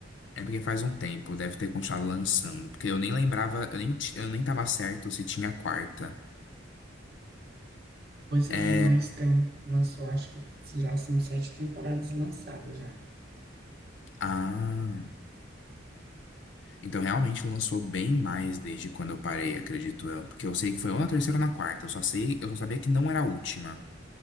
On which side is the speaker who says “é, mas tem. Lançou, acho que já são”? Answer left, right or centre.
Right